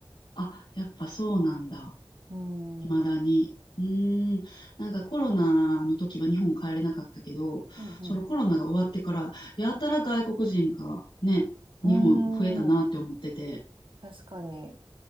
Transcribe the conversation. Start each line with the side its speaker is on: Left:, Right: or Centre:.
Left: あ、あ、やっぱそうなんだ。
Right: うーん。
Left: 未だに。
Right: うん
Left: うーん、なんかコロナの時は日本帰れなかったけど、
Right: う
Left: そのコロナが終わってから、やたら外国人がね、日本増えたなって思ってて。
Right: ん。うーん。確かに。